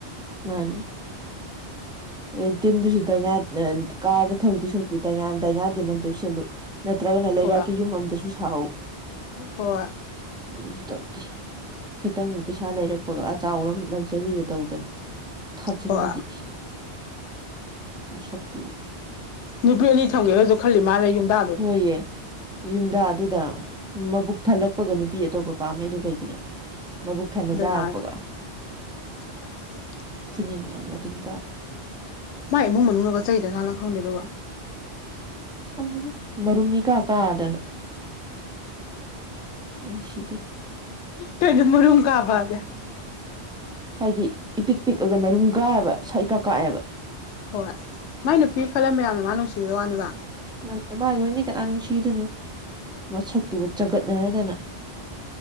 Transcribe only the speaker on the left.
ꯍꯣꯏ
ꯍꯣꯏ
ꯍꯣꯏ
ꯅꯨꯄꯤ ꯑꯅꯤ ꯊꯝꯒꯦꯒꯁꯨ ꯈꯜꯂꯤ ꯃꯥꯂꯦ ꯌꯨꯝꯗ
ꯗꯅꯥ
<inaudible>
ꯃꯥꯥꯏ ꯏꯃꯨꯡ ꯃꯅꯨꯡꯒ ꯆꯩꯗ ꯆꯥꯥꯠꯂ ꯈꯪꯗꯦ ꯑꯗꯨꯕꯣ
ꯀꯩꯅꯣ ꯃꯔꯨꯨꯝ ꯀꯥꯕꯥꯗꯤ
ꯍꯣꯏ ꯃꯥꯏ ꯅꯨꯄꯤ ꯈꯜꯂ ꯃꯌꯥꯝꯅ ꯃꯥ ꯅꯨꯡꯁꯤꯕ ꯋꯥꯅꯤꯕ